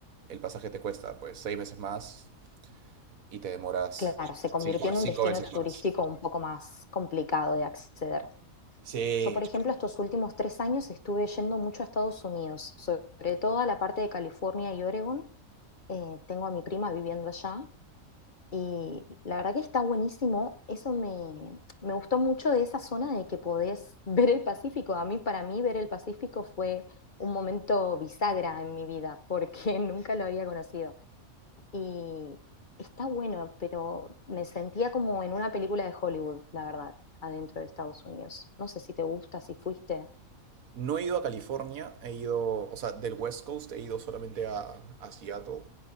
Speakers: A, on the right; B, on the left.
A: El pasaje te cuesta pues seis veces más y te demoras
B: Claro, se convirtió
A: cinco,
B: en
A: cinco
B: un destino
A: veces
B: turístico
A: más.
B: un poco más complicado de acceder.
A: Sí.
B: Yo, por ejemplo, estos últimos tres años estuve yendo mucho a Estados Unidos, sobre todo a la parte de California y Oregon. Eh, tengo a mi prima viviendo allá Y la verdad que está buenísimo. Eso me, me gustó mucho de esa zona de que podés <laughs> ver el Pacífico. A mí, para mí, ver el Pacífico fue un momento bisagra en mi vida, porque <laughs> nunca lo había conocido. Y está bueno, pero me sentía como en una película de Hollywood, la verdad, adentro de Estados Unidos. No sé si te gusta, si fuiste.
A: No he ido a California, he ido, o sea, del West Coast he ido solamente a, a Seattle.